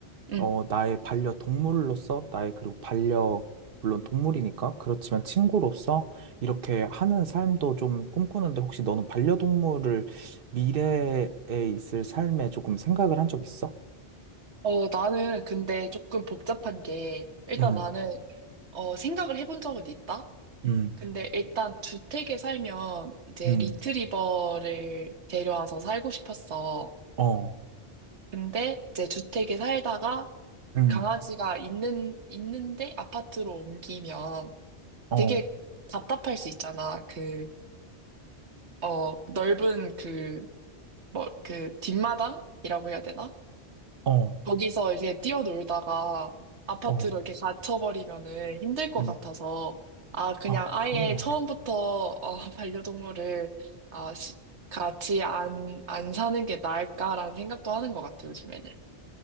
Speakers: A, on the right; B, on the right.
A: 음.
B: 어, 나의 반려동물로서, 나의 그리고 반려, 물론 동물이니까, 그렇지만 친구로서 이렇게 하는 삶도 좀 꿈꾸는데, 혹시 너는 반려동물을 미래에 있을 삶에 조금 생각을 한 적 있어?
A: 어, 나는 근데 조금 복잡한 게, 일단
B: 응,
A: 나는, 어, 생각을 해본 적은 있다?
B: 응.
A: 근데 일단 주택에 살면 이제
B: 음,
A: 리트리버를 데려와서 살고 싶었어.
B: 어,
A: 근데 이제 주택에 살다가
B: 음,
A: 강아지가 있는, 있는데 아파트로 옮기면
B: 어,
A: 되게 답답할 수 있잖아. 그, 어, 넓은 그, 뭐, 그 뒷마당이라고 해야 되나?
B: 어,
A: 거기서 이제 뛰어놀다가 아파트로
B: 어,
A: 이렇게 갇혀버리면은 힘들 것
B: 음.
A: 같아서, 아, 그냥
B: 아,
A: 아예
B: 그렇네.
A: 처음부터, 어, <laughs> 반려동물을, 아, 시- 같이 안, 안 사는 게 나을까라는 생각도 하는 것 같아, 요즘에는.